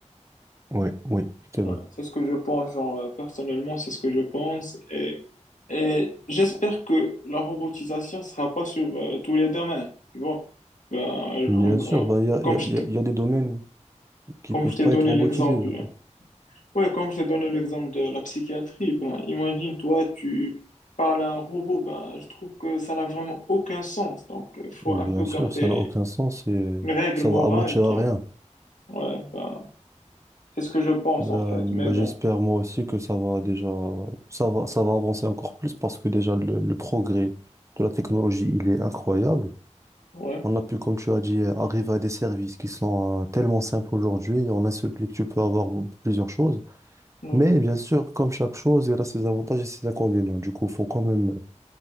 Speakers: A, on the right (about 25°); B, on the left (about 85°).
A: Oui, oui, c'est
B: Voilà.
A: vrai.
B: C'est ce que je pense, genre, euh, personnellement, c'est ce que je pense. Et, et j'espère que la robotisation ne sera pas sur euh, tous les domaines. Tu vois, ben,
A: Bien
B: on-
A: sûr,
B: on-
A: bah, il y a,
B: comme
A: il y a-
B: je
A: il
B: t'ai
A: y a- il y a des domaines qui
B: comme
A: peuvent
B: je t'ai
A: pas
B: donné
A: être robotisés,
B: l'exemple
A: je pense.
B: Ouais, comme je t'ai donné l'exemple de la psychiatrie, ben, imagine, toi, tu parles à un robot, ben, je trouve que ça n'a vraiment aucun sens. Donc, il faut
A: Bien
B: un peu garder
A: sûr, ça n'a aucun sens et
B: une règle
A: ça
B: morale
A: va aboutir
B: qui,
A: à
B: en-
A: rien.
B: ouais, ben, c'est ce que je pense,
A: Ben,
B: en fait.
A: ben,
B: Mais bon,
A: j'espère moi aussi que ça va déjà, ça va, ça va avancer encore plus parce que déjà le, le progrès de la technologie, il est incroyable.
B: ouais,
A: On a pu, comme tu as dit, euh, arriver à des services qui sont euh, tellement simples aujourd'hui. En un seul clic, tu peux avoir b- plusieurs choses.
B: ouais,
A: Mais bien sûr, comme chaque chose, il a ses avantages et ses inconvénients. Du coup, il faut quand même